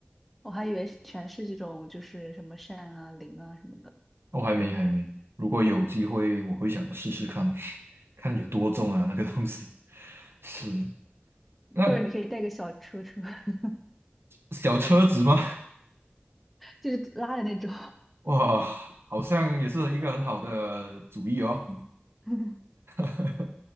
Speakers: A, in the centre; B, on the right.
A: 我还以为是全是这种，就是什么扇啊、铃啊什么的，
B: 我还没还没，如果有机会，我会想试试看，<laughs> 看有多重啊那个东西。是，那
A: 或者你可以带个小车车，<laughs>
B: 小车子吗？
A: 就是拉的那种。
B: 哇，好像也是一个很好的主意哦。
A: <laughs>
B: <laughs>